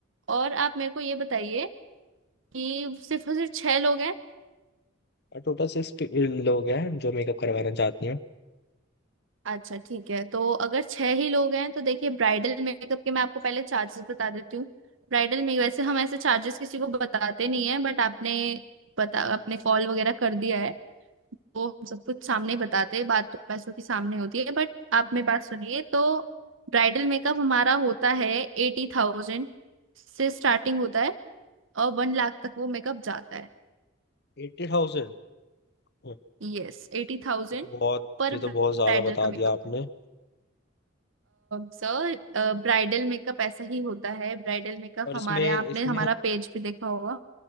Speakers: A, on the right; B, on the left.
A: और आप मेरे को ये बताइए कि सिर्फ और सिर्फ छह लोग हैं
B: और टोटल सिक्स लोग हैं जो मेकअप करवाना चाहती हैं
A: अच्छा ठीक है तो अगर छह ही लोग हैं तो देखिए ब्राइडल मेकअप के मैं आपको पहले चार्जेस बता देती हूँ ब्राइडल में वैसे हम ऐसे चार्जेस किसी को बताते नहीं है बट आपने बता आपने कॉल वगैरह कर दिया है तो हम सब कुछ सामने ही बताते हैं बात तो पैसों की सामने होती है बट आप मेरी बात सुनिए तो ब्राइडल मेकअप हमारा होता है एटी थाउजेंड से स्टार्टिंग होता है और वन लाख तक वो मेकअप जाता है
B: Eighty thousand ये
A: यस एटी थाउजेंड
B: तो बहुत
A: पर
B: ये तो
A: ब्राइडल
B: बहुत ज्यादा बता
A: का मेकअप
B: दिया आपने
A: सर ब्राइडल मेकअप ऐसा ही होता है ब्राइडल मेकअप
B: और इसमें
A: हमारे यहाँ आपने
B: इसमें
A: हमारा पेज भी देखा होगा